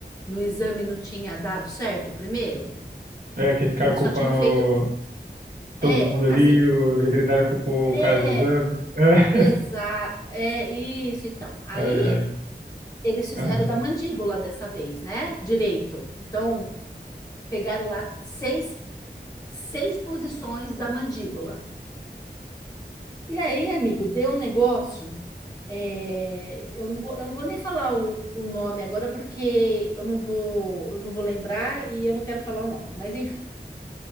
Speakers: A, on the left; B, on the right.
A: no exame não tinha dado certo o primeiro?
B: É que ficaram
A: Que eles
B: culpando
A: só tinham feito. É,
B: todo mundo ali,
A: assim.
B: o veterinário culpou o
A: É,
B: cara do exame. É.
A: exa, é isso, então. Aí
B: <laughs> Ai, ai.
A: eles fizeram
B: Uhum.
A: da mandíbula dessa vez, né? Direito. Então, pegaram lá seis, seis posições da mandíbula. E aí, amigo, deu um negócio É, eu não vou, eu não vou nem falar o, o nome agora porque eu não vou, eu não vou lembrar e eu não quero falar o nome, mas enfim.